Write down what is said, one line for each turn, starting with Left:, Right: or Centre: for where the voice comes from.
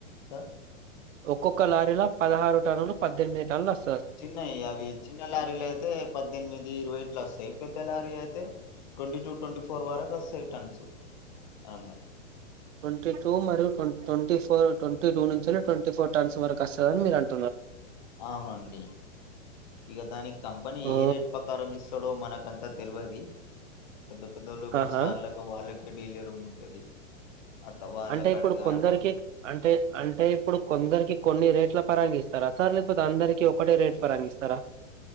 Left: సార్
Right: ఒక్కొక్క లారీల పదహారు టన్నులు పద్దెనిమిది టన్నుల వస్
Left: చిన్నయి అవి చిన్న లారీలు అయితే పద్దెనిమిది ఇరవై ఇట్ల వస్తాయి పెద్ద లారీ అయితే twenty two twenty five four వరకు వస్సాయి టన్సు ఆం అ
Right: ట్వంటీ టూ మరియు ట్వం ట్వంటీ ఫోర్ ట్వంటీ టూ నుంచెల్లి ట్వంటీ ఫోర్ టన్స్ వరకు అస్తాయని మీరు అన్
Left: అవునండి ఇగ దాని కంపెనీ
Right: ఓ
Left: ఏ రేట్ పకారం ఇస్ తుడో మనకంత తెల్వది పెద్ద పెద్దోళ్లకు
Right: ఆహా
Left: సార్ల లో వాళ్ళకే డీలరూమ్ ఉంటది అట్ట వాళ్ళకి
Right: అంటే ఇప్పుడు
Left: అడగా
Right: కొందరికి
Left: అడగం
Right: అంటే అంటే ఇప్పుడు కొందరికి కొన్ని రేట్ల పరంగిస్తారా సార్ లేకపోతే అందరికీ ఒకటే రేట్ పరంగిస్తారా